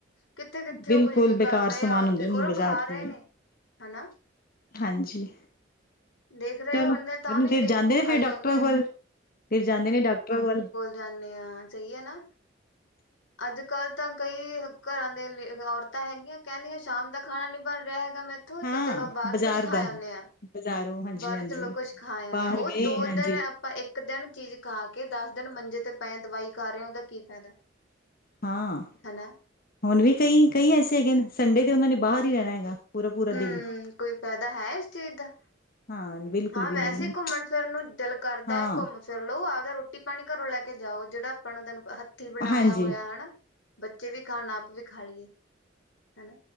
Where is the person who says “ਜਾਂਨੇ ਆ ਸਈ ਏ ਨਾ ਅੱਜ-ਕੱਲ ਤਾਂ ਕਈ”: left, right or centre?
Left